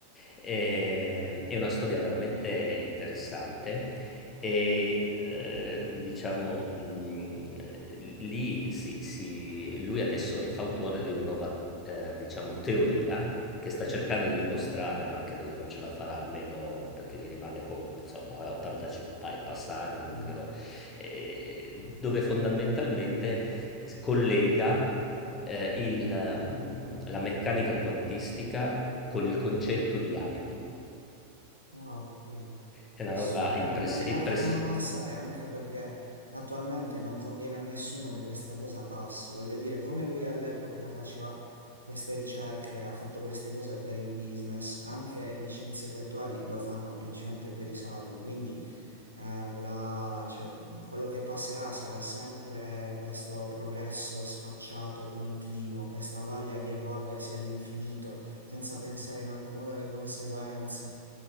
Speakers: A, on the left (about 20°); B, on the right (about 85°).
A: Ehm, è una storia veramente interessante, e, ehm, diciamo, mhmm, lì si si lui adesso è fautore di una nuova, ehm, diciamo teoria, che sta cercando di dimostrare,
B: Mm,
A: ma credo che non ce la farà almeno perché gli rimane po insomma ha 80 c pa e passa anni, non
B: mm.
A: credo ehm, dove fondamentalmente s collega, ehm, il mhmm, la meccanica quantistica con il concetto di anima.
B: Ah, ok,
A: È una
B: assurdo.
A: roba impress
B: Eh, non gliela
A: impress
B: faranno passare anche perché attualmente non conviene a nessuno che questa cosa passi. Voglio dire, come lui all'epoca faceva queste ricerche, ha fatto queste cose per il business, anche gli scienziati attuali lo fanno principalmente per i soldi. Quindi eh, la- cioè, quello che passerà sarà sempre questo progresso sfacciato e continuo, questa voglia di evolversi all'infinito senza pensare in alcun modo alle conseguenze.